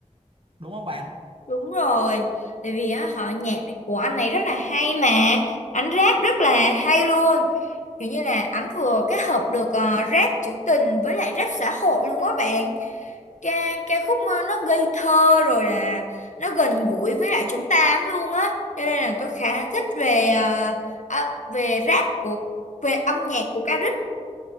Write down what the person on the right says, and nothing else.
đúng không bạn